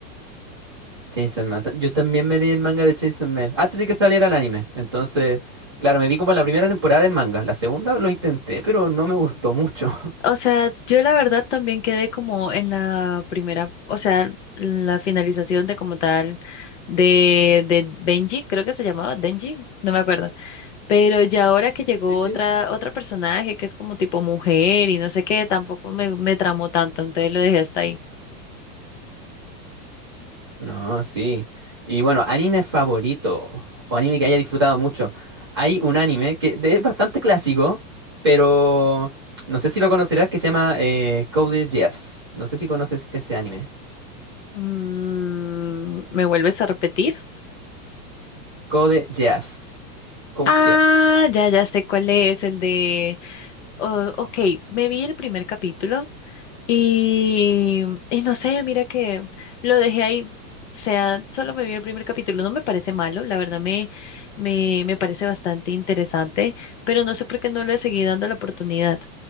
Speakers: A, on the right (about 20°); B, on the left (about 45°).
A: Chainsaw Man. ta- Yo también me leí el manga de Chainsaw Man antes de que saliera el anime. Entonces, claro, me vi como la primera temporada del manga. La segunda lo intenté, pero no me gustó mucho. <laughs>
B: O sea, yo la verdad también quedé como en la primera, o sea, la finalización de como tal de, de Denji, creo que se llamaba Denji, no me acuerdo. Pero ya ahora que llegó
A: Sí, sí.
B: otra, otra personaje que es como tipo mujer y no sé qué, tampoco me, me tramó tanto, entonces lo dejé hasta ahí.
A: No, sí. Y bueno, anime favorito o anime que haya disfrutado mucho. Hay un anime que de- es bastante clásico, pero no sé si lo conocerás, que se llama eh, Code Geass. No sé si conoces ese anime.
B: Mm, ¿me vuelves a repetir?
A: Code Geass. Code
B: Ah,
A: Geass.
B: ya, ya sé cuál es, el de... oh, ok, me vi el primer capítulo y, y no sé, mira que lo dejé ahí. O sea, solo me vi el primer capítulo, no me parece malo, la verdad me, me, me parece bastante interesante, pero no sé por qué no le seguí dando la oportunidad.